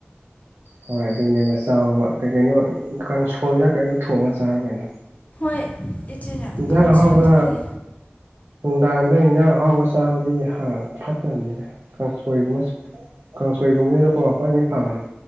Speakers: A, on the right; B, on the left.
A: ꯍꯣꯏ ꯑꯗꯨꯅꯦꯕ ꯆꯥꯎꯕ ꯀꯩ ꯀꯩꯅꯣ ꯀꯥꯡꯁꯣꯏꯗ ꯀꯩꯅꯣ ꯊꯣꯡꯉꯒ ꯆꯥꯔꯨ ꯀꯩꯅꯣ
B: <unintelligible>
A: ꯏꯟꯁꯪ
B: ꯀꯥꯡꯁꯣꯏ
A: ꯑꯍꯥꯎꯕ
B: ꯊꯣꯡꯉꯦ
A: ꯂꯥꯡꯗ ꯏꯟꯖꯥꯡ ꯑꯍꯥꯎꯕ ꯆꯥꯕꯗꯤ ꯍ ꯐꯠꯇꯕꯅꯤꯅ ꯀꯥꯡꯁꯣꯏꯒꯨꯝꯕ ꯆ ꯀꯥꯡꯁꯣꯏꯒꯨꯝꯕꯅꯤꯅꯀꯣ ꯈ꯭ꯋꯥꯏꯅꯤ ꯐꯕꯅꯤ